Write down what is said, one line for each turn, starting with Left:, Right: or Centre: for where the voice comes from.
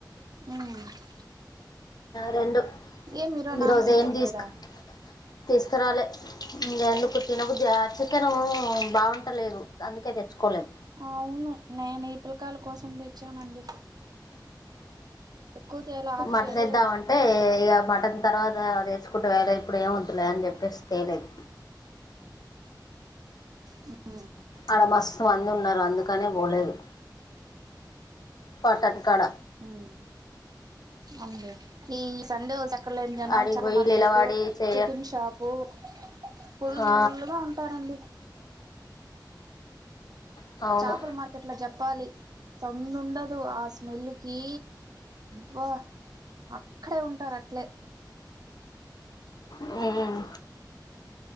Right: హ్మ్
Left: రెండు
Right: ఏం ఈరోజు
Left: ఈ
Right: నాన్
Left: రోజు
Right: వెజ్
Left: ఏం తీసుకు
Right: లేదా
Left: తీసుకురాలే ఇంగా ఎందుకు తినబుధి చికెను బాగుంటలేదు అందుకే తెచ్చుకోలేదు
Right: అవును నేను ఈ పిలకాయల కోసం తెచ్చానండి ఎక్కువ తేలా హాఫ్
Left: మటన్
Right: కేజీ
Left: ఎద్దామంటే
Right: తెచ్చుకున్నా
Left: ఇక మటన్ తర్వాతది తెసుుకుంటే వాయే ఇప్పుడు ఏం వద్దులే అని చెప్పేసి తేలేదు
Right: హ్మ్
Left: ఆడ మస్తు మంది ఉన్నారు అందుకనే పోలేదు మట్టన్ కడ
Right: మ్మ్ అవునులే ఈ సండే సక్కలు ఎం జనాలు
Left: ఆడికి
Right: చాపల
Left: పోయి
Right: మార్కెట్
Left: నిలబడి చేయ
Right: చికెన్ షాపు ఫుల్గా
Left: ఆ
Right: ఉంటారండి
Left: ఆ అవును
Right: చేపల మార్కెట్ లో చెప్పాలి సందు ఉండదు ఆ స్మెల్ కి బ అక్కడే ఉంటారు అట్లే
Left: హ్మ్